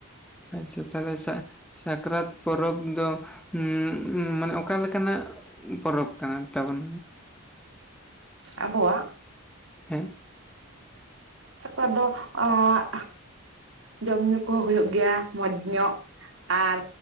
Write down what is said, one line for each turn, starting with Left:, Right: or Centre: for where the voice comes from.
Centre: ᱟᱪᱷᱟ ᱛᱟᱦᱚᱞᱮ ᱥᱟᱠᱨᱟᱛ ᱯᱚᱨᱚᱵᱽ ᱫᱚ ᱩᱸ ᱩᱸ ᱢᱟᱱᱮ ᱚᱠᱟ ᱞᱮᱠᱟᱱᱟᱜ ᱯᱚᱨᱚᱵᱽ ᱠᱟᱱᱟ ᱛᱟᱵᱚᱱ
Right: ᱟᱵᱚᱣᱟᱜ
Centre: ᱦᱮᱸ
Right: ᱥᱟᱠᱨᱟᱛ ᱫᱚ ᱮᱜ ᱡᱚᱢ ᱧᱩ ᱠᱚ ᱦᱳᱭᱳᱜ ᱜᱮᱭᱟ ᱢᱚᱸᱡᱽ ᱧᱚᱜ ᱟᱨ